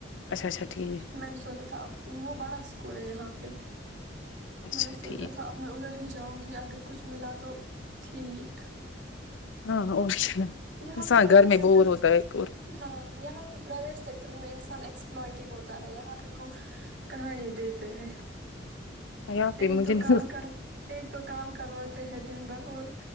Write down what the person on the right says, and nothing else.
میں نے سوچا تھا ا وہ بڑا اسکول ہے یہاں پی
میں نے سوچا
تھا اب میں ادھر ہی جاؤں گی اگر کچھ ملا تو تو ٹھیک
یہاں
پہ پرائیویٹ
سیکٹر
ہاں یہاں پہ پرائیویٹ سیکٹر میں ایکسپلور ہوتا ہے یہاں پہ کو کہاں یہ دیتے ہے
ایک
تو
کام کر ایک تو کام کرواتے ہے دن بھر اور